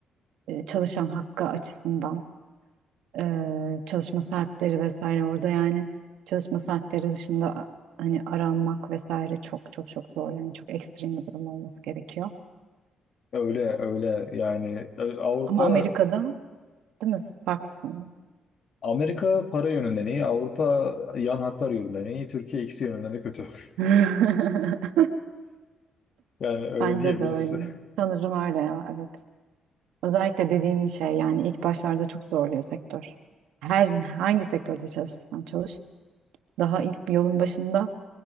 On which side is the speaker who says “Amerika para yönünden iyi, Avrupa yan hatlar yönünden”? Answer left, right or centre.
Left